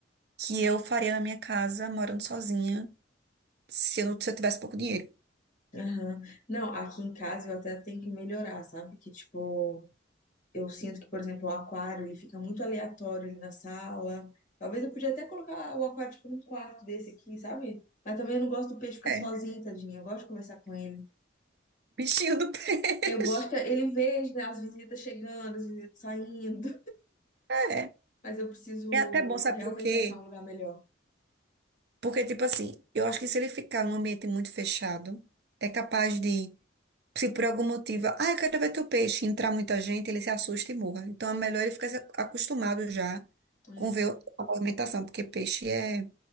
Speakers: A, on the right (about 55°); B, on the left (about 40°).
A: que eu faria na minha casa morando sozinha, se eu não, se eu tivesse pouco dinheiro.
B: Aham. Não, aqui em casa eu até tenho que melhorar, sabe? Que, tipo, eu sinto que, por exemplo, o aquário, ele fica muito aleatório ali na sala. Talvez eu podia até colocar o aquário, tipo, num quarto desse aqui, sabe? Mas também eu não gosto do peixe ficar
A: É,
B: sozinho, tadinho. Eu gosto de conversar com ele.
A: bichinho do pé. <laughs>
B: Eu gosto que ele veja, né, as visitas chegando, as visitas saindo.
A: É,
B: <laughs> Mas eu preciso
A: é até bom, sabe
B: realmente
A: por quê?
B: achar um lugar melhor.
A: Porque tipo assim, eu acho que se ele ficar num ambiente muito fechado, é capaz de Se por algum motivo, ah, eu quero ver teu peixe, entrar muita gente, ele se assusta e morra. Então é melhor ele ficar se acostumado já
B: É,
A: com ver a movimentação, porque peixe é